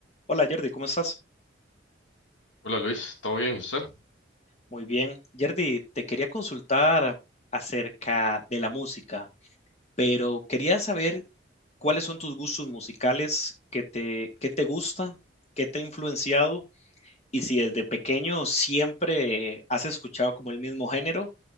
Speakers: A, on the left (about 35°); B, on the left (about 85°).
A: Hola Jordi, ¿cómo estás?
B: Hola Luis, ¿todo bien? ¿Y usted?
A: Muy bien. Jordi, te quería consultar acerca de la música, pero quería saber cuáles son tus gustos musicales, qué te, qué te gusta, qué te ha influenciado y si desde pequeño siempre has escuchado como el mismo género